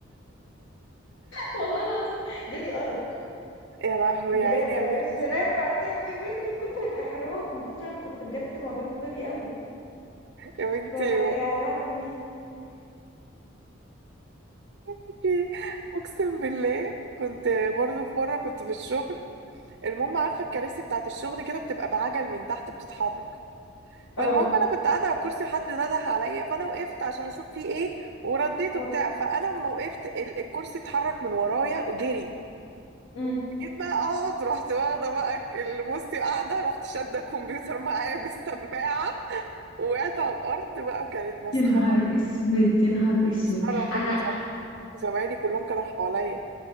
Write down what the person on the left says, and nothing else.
والله العظيم جالي ارق
بجد
شيرين بعديها بيومين من كتر الإحراج ومن كتر أنا كنت بجد معجبة بيه قوي
فيا لهوي
اه
اه
امم
يا نهار اسود يا نهار اسود
انا